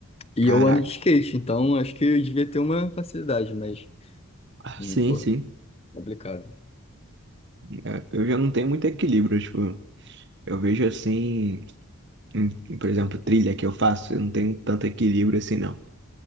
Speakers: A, on the left (about 25°); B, on the right (about 50°).
A: E
B: Caraca.
A: eu ando de skate, então acho que eu devia ter uma facilidade, mas,
B: Ah,
A: hum,
B: Sim,
A: porra,
B: sim.
A: complicado.
B: É, Eu já não tenho muito equilíbrio, tipo, eu vejo assim, em- em, por exemplo, trilha que eu faço, eu não tenho tanto equilíbrio assim, não.